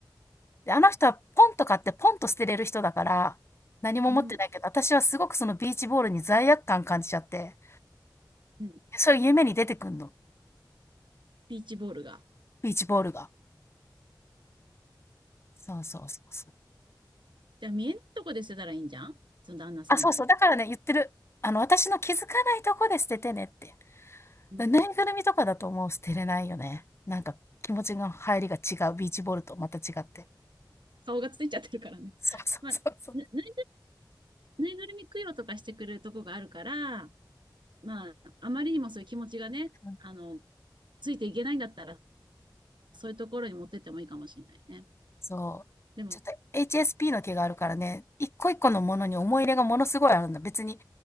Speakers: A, on the left (about 35°); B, on the right (about 90°).
A: で、あの人はポンと買ってポンと捨てれる人だから、何も持ってないけど、
B: うん、
A: 私はすごくそのビーチボールに罪悪感感じちゃって、
B: うん。
A: そういう夢に出てくんの、
B: ビーチボールが。
A: ビーチボールが。そうそうそうそう。
B: じゃあ見えないとこで捨てたらいいんじゃんその旦那さんも。
A: あ、そうそう、だからね、言ってる。あの、私の気づかないとこで捨ててねって。
B: うん、
A: ぬいぐるみとかだともう捨てれないよね。なんか気持ちの入りが違う、ビーチボールとまた違って。
B: 顔がついちゃってるからね。
A: そうそうそうそう。
B: まあ、な、なぬいぐるみ供養とかしてくれるとこがあるから、まあ、あまりにもそういう気持ちがね、
A: うん、
B: あの、ついていけないんだったら、そういうところに持ってってもいいかもしれないね。
A: そう。
B: でも、
A: ちょっと HSP の毛があるからね、一個一個のものに思い入れがものすごいあるんだ。別に